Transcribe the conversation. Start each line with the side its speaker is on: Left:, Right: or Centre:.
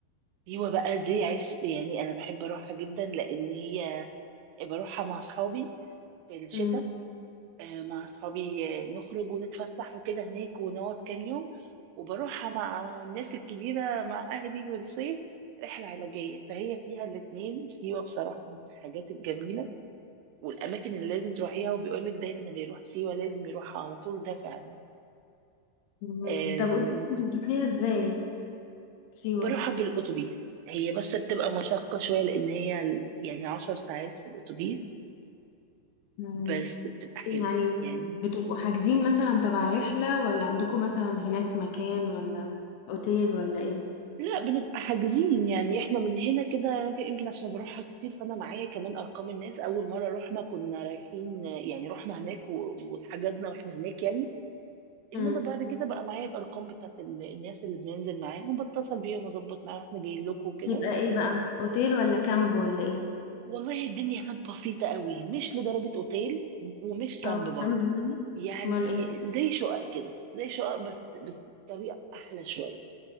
Right: سيوه بقى دي عش يعني انا بحب اروحها جدا لان هي بروحها مع اصحابي في الشتاء
Left: مم.
Right: آه، مع أصحابي آه، نخرج ونتفسح وكده هناك ونقعد كام يوم وبروحها مع الناس الكبيرة مع أهلي في الصيف رحلة علاجية فهي فيها الاتنين سيوة بصراحة من الحاجات الجميلة والأماكن اللي لازم تروحيها وبيقولك دايما اللي يروح سيوة لازم يروحها على طول ده فعلا
Left: مم.
Right: آم،
Left: طب قولي انت بتروحيها ازاي سيوه
Right: بروحها بالأتوبيس هي بس بتبقى مشقة شوية لأن هي ال- يعني عشر ساعات في الأتوبيس
Left: مم.
Right: بس بتبقى حلوة
Left: يعني
Right: يعني
Left: بتبقوا حاجزين مثلا تبع رحله ولا عندكم مثلا هناك مكان ولا اوتيل ولا ايه
Right: لا بنبقى حاجزين يعني احنا من هنا كده يمكن عشان بروحها كتير فانا معايا كمان ارقام الناس اول مره رحنا كنا رايحين يعني رحنا هناك و- وحجزنا واحنا هناك يعني
Left: مم.
Right: انما بعد كده بقى معايا الارقام بتاعت ال- الناس اللي بننزل معاهم بتصل بيهم اظبط معاهم احنا جايين لكم وكده
Left: يبقى ايه بقى اوتيل ولا كامب ولا ايه
Right: والله الدنيا هناك بسيطه قوي مش لدرجه اوتيل ومش كامب
Left: اه
Right: برضه
Left: كامب يعني
Right: يعني
Left: امال ايه
Right: زي شقق كده زي شقق بس بس بطريقه احلى شويه